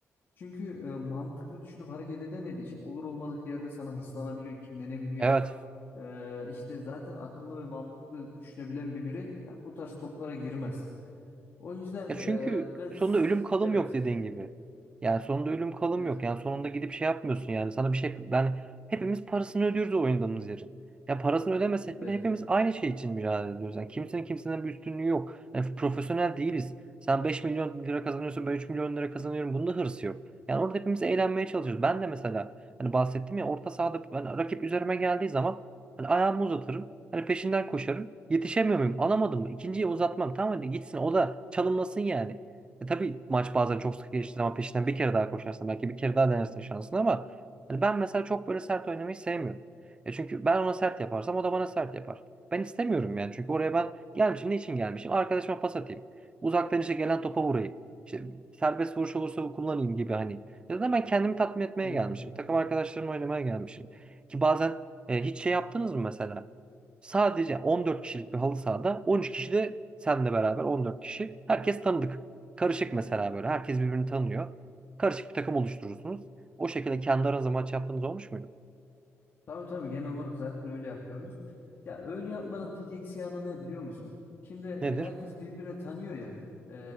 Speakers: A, on the left; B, on the right.
A: Çünkü e, mantıklı düşünüp hareket edemediği için olur olmadık yerde sana hırslanabiliyor, kinlenebiliyor.
B: Evet.
A: Ee, işte zaten akıllı ve mantıklı düşünebilen bir birey ya bu tarz toplara girmez. O yüzden
B: Ya
A: e,
B: çünkü
A: ve
B: sonunda ölüm kalım
A: evet
B: yok dediğin
A: buyur.
B: gibi. Yani sonunda ölüm
A: Evet
B: kalım
A: evet
B: yok. Yani sonunda gidip şey yapmıyorsun yani sana bir şey yani hepimiz parasını ödüyoruz o oynadığımız yerin. Ya parasını ödemesek
A: evet.
B: bile hepimiz aynı şey için mücadele ediyoruz. Yani kimsenin kimsenin bir üstünlüğü yok. Yani profesyonel değiliz. Sen 5 milyon lira kazanıyorsun, ben 3 milyon lira kazanıyorum. Bunda hırsı yok. Yani orada hepimiz eğlenmeye çalışıyoruz. Ben de mesela hani bahsettim ya orta sahada ben rakip üzerime geldiği zaman Hani ayağımı uzatırım. Hani peşinden koşarım. Yetişemiyor muyum? Alamadım mı? İkinciye uzatmam. Tamam hadi gitsin. O da çalımlasın yani. E tabii maç bazen çok sık geçti ama peşinden bir kere daha koşarsın. Belki bir kere daha denersin şansını ama hani ben mesela çok böyle sert oynamayı sevmiyorum. E çünkü ben ona sert yaparsam o da bana sert yapar. Ben istemiyorum yani. Çünkü oraya ben gelmişim. Ne için gelmişim? Arkadaşıma pas atayım. Uzaktan işte gelen topa vurayım. İşte serbest vuruş olursa kullanayım gibi hani. Ya da ben kendimi tatmin etmeye
A: Evet.
B: gelmişim. Takım arkadaşlarımla oynamaya gelmişim. Ki bazen e, hiç şey yaptınız mı mesela? Sadece 14 kişilik bir halı sahada 13 kişi de senle beraber 14 kişi. Herkes tanıdık. Karışık mesela böyle. Herkes birbirini tanıyor. Karışık bir takım oluşturursunuz. O şekilde kendi aranızda maç yaptığınız olmuş muydu?
A: Tabii tabii genel olarak zaten öyle yapıyoruz. Ya öyle yapmanın tek eksi yanı ne biliyor musun? Şimdi e,
B: Nedir?
A: herkes birbirini tanıyor ya. E,